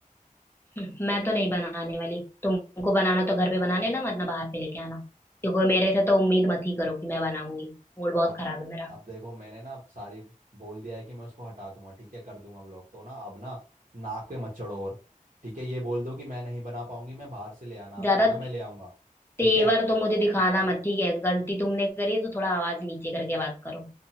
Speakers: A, on the left; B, on the right.
A: हम्म, मैं तो नहीं बनाने वाली तुमको बनाना तो घर पे बना लेना मत ना बाहर से लेके आना क्योंकि मेरे से तो उम्मीद मत ही करो कि मैं बनाऊंगी मूड बहुत
B: अब
A: खराब है मेरा
B: अब देखो मैंने ना सारी बोल दिया है कि मैं उसको हटा दूंगा ठीक है कर दूंगा ब्लॉक तो ना अब ना नाक पे मत चढ़ो और ठीक है ये बोल दो कि मैं नहीं बना पाऊंगी मैं बाहर से ले आना आप
A: ज्यादा
B: खाना मैं ले आऊंगा ठीक
A: तेवर
B: है
A: तो मुझे दिखाना मत ठीक है गलती तुमने करी है तो थोड़ा आवाज नीचे करके बात करो